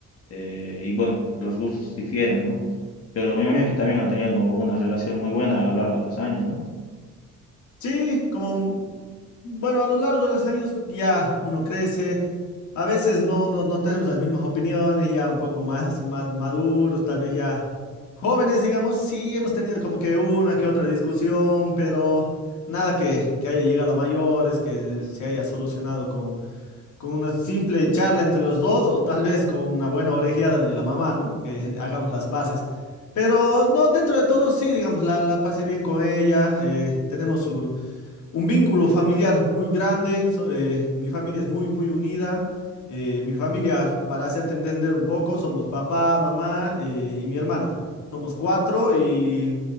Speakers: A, on the left; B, on the left.
A: eh, y bueno, los gustos difieren, ¿no? Pero me imagino que también han tenido una relación muy buena a lo largo de los años, ¿no?
B: Sí, como, bueno, a lo largo de los años ya uno crece, a veces no, no, no tenemos las mismas opiniones, ya un poco más, más maduros, tal vez ya jóvenes, digamos, sí hemos tenido como que una que otra discusión, pero nada que, que haya llegado a mayores, que se haya solucionado con, con una simple charla entre los dos o tal vez con una buena orejeada de la mamá, ¿no? Que hagamos las paces. Pero no, dentro de todo sí, digamos, la, la pasé bien con ella, eh, tenemos su un vínculo familiar muy grande. so- eh, mi familia es muy, muy unida. Eh, mi familia, para hacerte entender un poco, somos papá, mamá eh, y mi hermana. Somos cuatro y